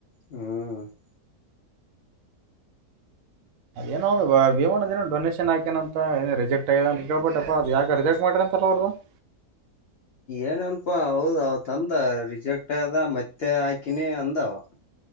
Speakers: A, on the left; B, on the right.
A: ಹ. <unintelligible>
B: ಎನೋ ಒಂದ ಬ ಭೀಮ್ನಗ ಏನೋ ಡೊನೇಶನ್ ಹಾಕ್ಯಾನ ಅಂತ ಏನ್ ರಿಜಕ್ಟ್ ಆಗ್ಯದ ಅಂತೇಳ್ಬಿಟ್ಟಪ್ಪ ಅದ ಯಾಕ ಅರ್ಜೆಂಟ್ ಮಾಡಿದರ ಅಂತಲ್ಲ ಅವರು. <unintelligible>
A: ಏನ್ ಏನ್ ಪಾ ಹೌದ ಅವತ್ತ ಅಂದ ರಿಜೆಕ್ಟ್ ಆದ ಮತ್ತೆ ಹಾಕಿನಿ ಅಂದವ. <unintelligible>